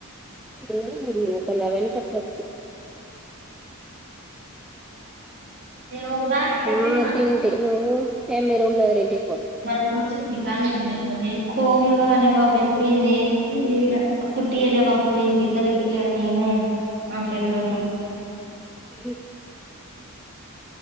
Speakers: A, in the centre; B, on the right (about 50°).
A: <unintelligible> నా వెనక ట్రస్టు
B: నేను ఒక దానికి పెట్టిన్నా
A: ఆ తింటి నువ్వు ఏం మీ రూమ్ లో ఎవరేంటి
B: <unintelligible> కోమల అనే పాప వెళ్ళిపోయింది ఈడ కుట్టి అనే బోయింది ఇద్దరు ఎల్పోయారు నేనే ఆ ఫ్రెండ్ను ఉన్నాం
A: హ్మ్